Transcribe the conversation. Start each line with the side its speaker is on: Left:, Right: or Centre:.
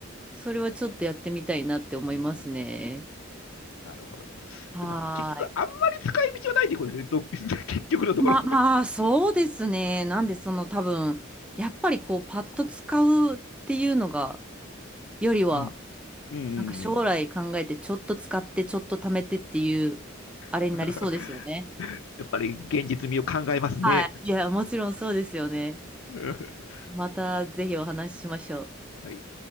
Centre: それはちょっとやってみたいなって思いますね。
Left: うんなるほど。
Centre: はーい。
Left: でも、結局、あんまり使い道はないってことですねど <laughs>、結局のところ。
Centre: ま、まあ、そうですね。なんで、その多分、やっぱりこう、パッと使うっていうのが、よりは、
Left: うん。うん。うん。
Centre: なんか将来考えて、ちょっと使って、ちょっと貯めてっていう、あれになりそうですよね。
Left: <laughs> やっぱり現実味を考えますね。
Centre: はい。いや、もちろんそうですよね。
Left: <laughs>
Centre: またぜひお話ししましょう。
Left: はい。